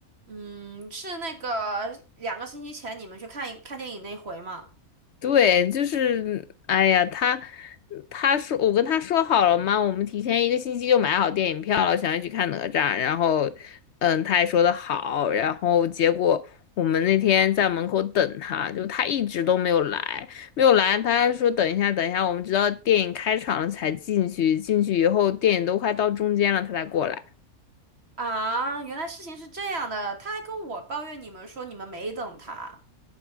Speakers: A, on the right; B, on the left.
A: 嗯，是那个两个星期前你们去看看电影那回吗？
B: 对，就是，哎呀，他他说我跟他说好了嘛，我们提前一个星期就买好电影票了，想要去看哪吒，然后，嗯，他也说的好，然后结果我们那天在门口等他，就他一直都没有来，没有来，他说等一下，等一下，我们直到电影开场了才进去，进去以后电影都快到中间了，他才过来。
A: 啊，原来事情是这样的，他还跟我抱怨你们说你们没等他。